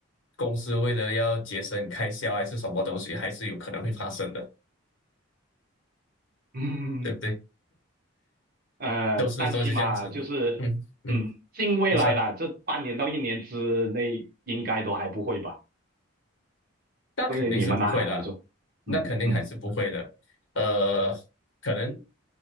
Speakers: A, on the left; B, on the right.
A: 公司为了要节省开销还是什么东西，还是有可能会发生的，
B: 嗯嗯嗯嗯
A: 对不对？
B: 呃，
A: 都是都是这样子。
B: 但起码就是嗯，
A: 嗯嗯，
B: 近未来啦，
A: 你说呢？
B: 这半年到一年之内应该都还不会吧？
A: 那肯定是不会啦，
B: 对于你们那行来说，
A: 那肯定还是不会的。
B: 嗯嗯
A: 呃，可能